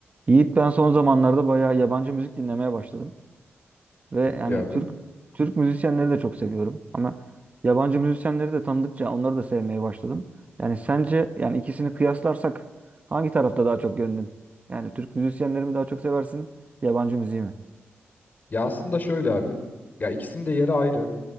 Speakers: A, on the right; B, on the left.
A: Yiğit ben son zamanlarda bayağı yabancı müzik dinlemeye başladım. Ve
B: Çok
A: yani
B: iyi abi.
A: Türk Türk müzisyenleri de çok seviyorum. Ama yabancı müzisyenleri de tanıdıkça onları da sevmeye başladım. Yani sence yani ikisini kıyaslarsak hangi tarafta daha çok gönlün? Yani Türk müzisyenleri mi daha çok seversin, yabancı müziği mi?
B: Ya aslında şöyle abi. Ya ikisinin de yeri ayrı.